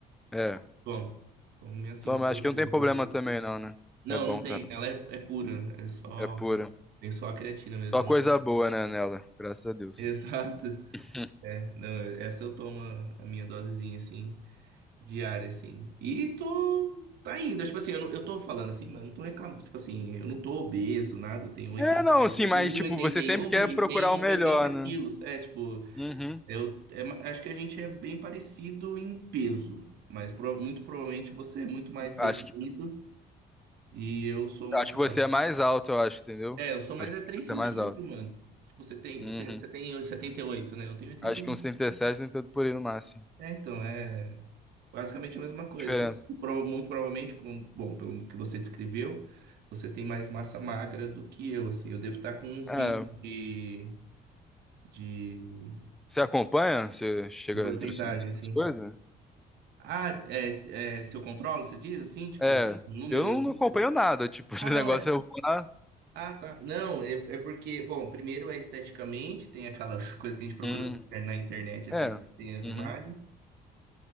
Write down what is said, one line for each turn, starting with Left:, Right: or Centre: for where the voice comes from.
Centre: É,
Right: Bom, como minhas cinco
Centre: toma.
Right: gramas
Centre: Acho que não tem problema
Right: por dia.
Centre: também, não, né?
Right: Não,
Centre: É bom
Right: não tem.
Centre: também.
Right: Ela é, é pura, é só.
Centre: É pura.
Right: Tem só a creatina mesmo.
Centre: Só
Right: eu
Centre: coisa
Right: não-
Centre: boa, né, nela. Graças a
Right: <laughs>
Centre: Deus.
Right: Exato.
Centre: <laughs>
Right: É, não, essa eu tomo a minha dosezinha, assim. diária, assim. E tô, tá indo. Tipo assim, eu, não- eu tô falando assim, mas não tô reclamando. Tipo assim, eu não tô obeso, nada. Eu tenho 80,
Centre: É, não,
Right: 81,
Centre: sim, mas tipo,
Right: oitenta
Centre: você
Right: e
Centre: sempre
Right: um
Centre: quer
Right: e
Centre: procurar
Right: tenho um
Centre: o melhor,
Right: 80
Centre: né?
Right: quilos. É, tipo,
Centre: Uhum.
Right: eu é ma- acho que a gente é bem parecido em peso. Mas prova- muito provavelmente você é muito mais definido
Centre: Acho
Right: e eu sou,
Centre: Eu acho
Right: sei
Centre: que
Right: lá.
Centre: você é mais alto, eu acho, entendeu?
Right: É, eu sou mais
Centre: Acho
Right: é
Centre: que
Right: 3
Centre: você
Right: centímetros,
Centre: é mais alto.
Right: mano. Tipo, Você tem,
Centre: Uhum.
Right: você você tem setenta e oito né? Eu tenho 81.
Centre: Acho que uns 37, 38 por aí no máximo.
Right: É, então, é. Basicamente a mesma coisa.
Centre: Diferença.
Right: Você Prova- Muito provavelmente, como- bom, pelo que você descreveu, você tem mais massa magra do que eu, assim. Eu devo estar com uns
Centre: É,
Right: 20 de, de,
Centre: você acompanha? Você chega
Right: de porcentagem,
Centre: no nutricionista,
Right: assim.
Centre: essas coisas?
Right: Ah, é, é, se eu controlo, você diz assim, tipo,
Centre: É,
Right: números
Centre: eu não,
Right: assim?
Centre: não acompanho nada. Tipo, <laughs> esse
Right: Ah,
Centre: negócio
Right: não, é.
Centre: eu vou lá.
Right: Ah, tá. Não, é, é porque, bom, primeiro é esteticamente, tem aquelas <laughs> coisas que a gente procura
Centre: Hum,
Right: na inter- na internet, assim,
Centre: é.
Right: tem as
Centre: Uhum,
Right: imagens.